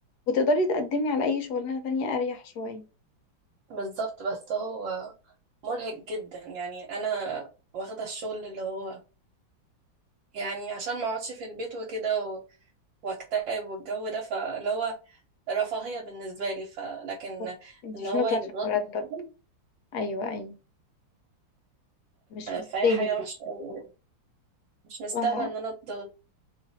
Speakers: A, on the left; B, on the right.
A: وتقدري تقدمي على أي شغلانة تانية أريح شوية
B: بالظبط بس هو مرهق جدا يعني انا واخده الشغل اللي هو يعني عشان ما اقعدش في البيت وكده و- واكتئب والجو ده فاللي هو رفاهيه بالنسبه لي فلكن
A: بالظبط انتي
B: ان
A: مش
B: هو
A: هنطلع
B: يضغطني
A: عشان مرتب
B: كده
A: أيوة أيوة مش
B: آه،
A: مستاهل
B: فهي حاجه وحشه
A: المجهود.
B: أوي. يعني مش مستاهله
A: اه ما-
B: ان انا اتضغط